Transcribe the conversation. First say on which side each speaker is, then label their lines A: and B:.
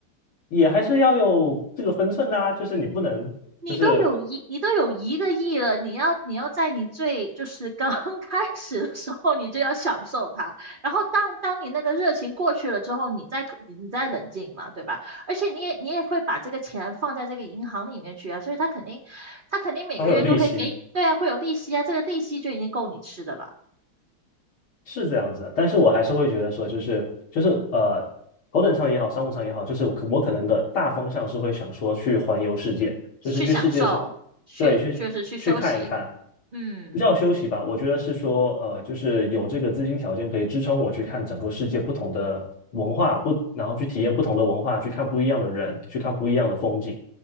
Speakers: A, on the left; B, on the right.
A: 也还是要有这个分寸的啊，就是你不能，
B: 你都有一，
A: 就是
B: 你都有一个亿了，你要你要在你最就是刚 <laughs> 开始的时候，你就要享受它。然后当当你那个热情过去了之后，你再你再冷静嘛，对吧？而且你也你也会把这个钱放在这个银行里面去啊，所以他肯定他肯定每个月都会给，
A: 它会有利息，
B: 对啊，会有利息啊，这个利息就已经够你吃的了，
A: 是这样子的，但是我还是会觉得说，就是就是呃，头等舱也好，商务舱也好，就是我可我可能的大方向是会想说去环游世界，就是去世界上，
B: 去享受，去就是去休息。
A: 对，去去看一看，
B: 嗯，
A: 不叫休息吧，我觉得是说呃，就是有这个资金条件可以支撑我去看整个世界不同的文化，不，然后去体验不同的文化，去看不一样的人，去看不一样的风景。